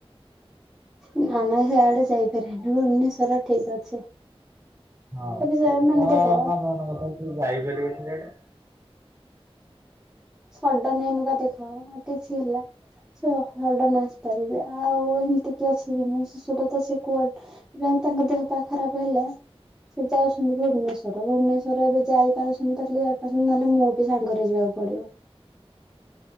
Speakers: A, in the centre; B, on the right.
A: ନ ନା ସେଆଡେ ଯାଇପାରନି ଭୁବନେଶ୍ଵର ଠିକ ଅଛି।
B: ହଁ
A: ଏବେ ସେ ମାନେ
B: ତ
A: ଦେଖ
B: ହେଲା କଥା ଯାଇପାରିବୁନି ସେଆଡେ
A: ସଡନ ଏନୁକା ଦେଖା ଆଉ କିଛି ହେଲା ସେ ସଡନ ଆସିପାରିବେ ଆଉ ଏମିତି କି ଅସୁବ ନାହିଁ ଶିଶୁର ତ ସେ କୁଆଡ ତାଙ୍କ ଦେହ ପା ଖରାପ ହେଲେ ସେ ଯାଉଛନ୍ତି ଭୁବନେଶ୍ଵର ଭୁବନେଶ୍ଵର ଏବେ ଯାଇ ଶୁଣି ପାରିଲି ଯପ ନହେଲେ ମୁଁ ବି ସାଙ୍ଗରେ ଯିବାକୁ ପଡିବ।